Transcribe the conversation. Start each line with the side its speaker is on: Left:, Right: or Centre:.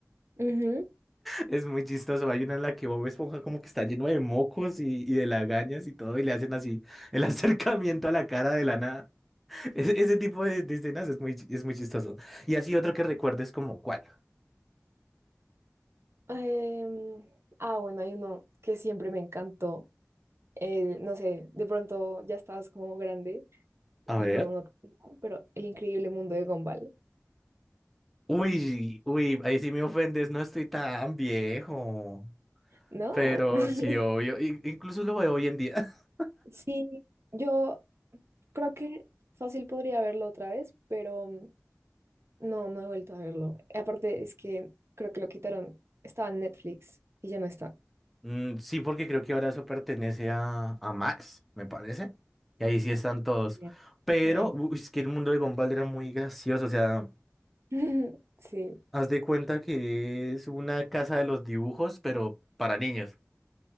Right: Ujú.
Centre: Es muy chistoso. Hay una en la que Bob Esponja como que está lleno de mocos y, y de lagañas y todo, y le hacen así el <laughs> acercamiento a la cara de la nada. Ese, ese tipo de, de escenas es muy, chi- es muy chistoso. Y así otro que recuerdes como, ¿cuál?
Right: Em, ah, bueno, hay uno que siempre me encantó. El, no sé, de pronto ya estabas como grande.
Centre: A
Right: y
Centre: ver.
Right: no, no, tengo, pero El increíble mundo de Gumball,
Centre: Uy, uy, ahí sí me ofendes, no estoy tan viejo.
Right: ¿no?
Centre: Pero
Right: Ah, <laughs>
Centre: sí, obvio. in- Incluso lo veo hoy en día. <laughs>
Right: Sí, yo creo que fácil podría verlo otra vez, pero mm, no, no he vuelto a verlo. Y Aparte es que creo que lo quitaron, estaba en Netflix y ya no está.
Centre: Mm, sí, porque creo que ahora eso pertenece a, a Max, me parece. Y ahí sí están todos.
Right: Ya.
Centre: Pero,
Right: Ay, no.
Centre: uy, es que el mundo de Gumball era muy gracioso. O sea,
Right: <laughs> Sí,
Centre: haz de cuenta que es una casa de los dibujos, pero para niños.